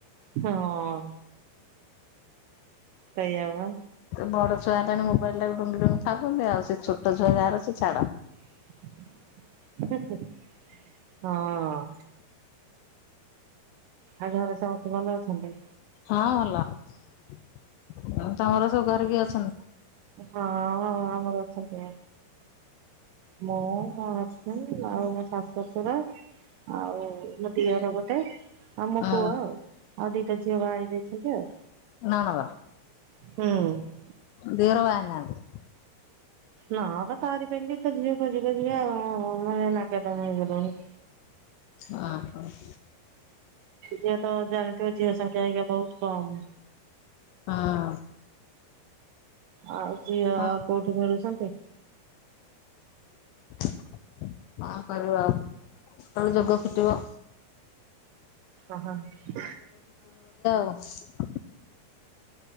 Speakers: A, on the right; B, on the left.
A: ହଁ ସେଇଆବା।
B: ତ ବଡଛୁଆ ହେଲା ମୋବାଇଲି ଟାକୁ ଡୁଙ୍ଗି ଡୁଙ୍ଗି ଖାଉଛନ୍ତି। ଆଉ ସେ ଛୋଟ ଛୁଆ ଯାହାର ଛାଡ।
A: ହଁ। ଆଉ ଘରେ ସମସ୍ତେ ଭଲ ଅଛନ୍ତି?
B: ହଁ ଭଲ ଆଉ ତମର ସବୁ ଘରେ କିଏ ଅଛନ୍ତି?
A: ହଁ ଆମର ଅଛନ୍ତି। ମୁଁ ମୋ ହଜବଣ୍ଡ ଆଉ ମୋ ଶାଶୁ ଶ୍ୱଶୁର ଆଉ ମୋ ଦିଅର ଗୋ ଟେ ଆଉ ମୋ
B: ହଁ
A: ପୁଅ ଆଉ ଆଉ ଦିଟା ଝିଅ ବା ହେଇଯାଇଛନ୍ତି ଆଉ।
B: ନଣନ୍ଦ
A: ହୁଁ।
B: ଦିଅର ବାହାହେଇନାହାନ୍ତି?
A: ନା ବା ତାରି ପାଇଁକା ଝିଅ ଖୋଜି ଖୋଜି କା ମାନେ ନାକେଦମ୍ ହେଇଗଲୁଣି।
B: ଆଁ ହଁ।
A: ଝିଅ ତ ଜାଣିଥିବ ଝିଅ ସଂଖ୍ୟା ଆଜ୍ଞା ବହୁତୁ କମ୍?
B: ହଁ।
A: ଆଉ ଝିଅ
B: ହଁ।
A: କୋଉଠି ମିଳୁଛନ୍ତି।
B: କଣ କରିବ ଆଉ କେତେବେଳେ ଯୋଗ ଫିଟିବ।
A: ଓ ହୋ ହଁ।
B: ବସ୍।